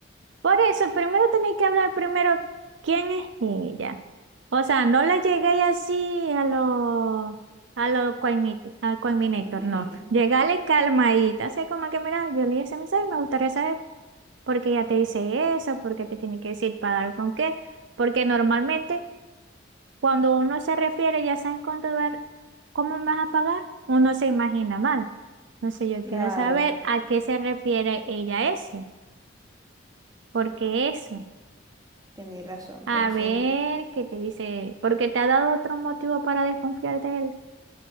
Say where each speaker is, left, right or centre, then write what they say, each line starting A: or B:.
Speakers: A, on the right; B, on the right.
A: Por eso, primero tenéis que hablar primero quién es ella. O sea, no la llegué así a lo, a lo coimiti- al Coiminator,
B: <laughs>
A: no. Llegale calmadita, así como que, mira, yo leí ese mensaje y me gustaría saber por qué ella te dice eso, por qué te tiene que decir para dar con qué. Porque normalmente cuando uno se refiere, ya sabes cuánto ver, cómo me vas a pagar, uno se imagina mal. Entonces yo
B: Claro,
A: quiero saber a qué se refiere ella eso, por qué eso.
B: tenéis razón. Entonces,
A: A ver qué te dice, porque te ha dado otro motivo para desconfiar de él.